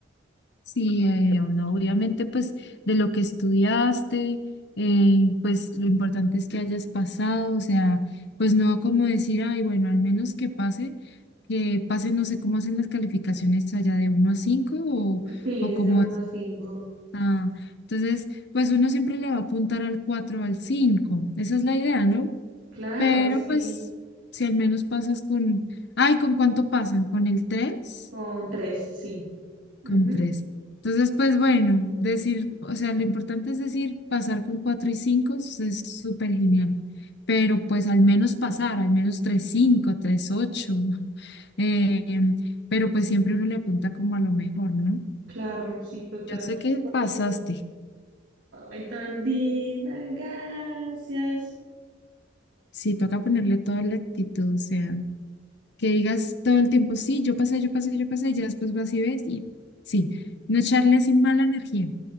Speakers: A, on the left; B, on the right.
A: Sí, eh, bueno, obviamente pues de lo que estudiaste, eh, pues lo importante es que hayas pasado, o sea, pues no como decir, ay, bueno, al menos que pase, que pase, no sé cómo hacen las calificaciones allá de uno a 5 o,
B: Sí,
A: o
B: es
A: cómo
B: de uno
A: es.
B: a cinco
A: Ah, entonces, pues uno siempre le va a apuntar al 4 al cinco esa es la idea, ¿no?
B: Claro,
A: Pero
B: sí.
A: pues si al menos pasas con, ay, ¿con cuánto pasan? ¿Con el tres
B: Con tres sí. Ujú.
A: con tres. Entonces, pues bueno, decir, o sea, lo importante es decir, pasar con cuatro y cinco es es súper genial, pero pues al menos pasar, al menos tres cinco, tres ocho, <laughs> eh, pero pues siempre uno le apunta como a lo mejor, ¿no?
B: Claro, sí, total.
A: Yo sé que
B: Porque,
A: pasaste,
B: ay, tan linda, gracias.
A: sí, toca ponerle toda la actitud, o sea, que digas todo el tiempo, sí, yo pasé, yo pasé, yo pasé, y ya después vas y ves y sí, no echarle así mala energía.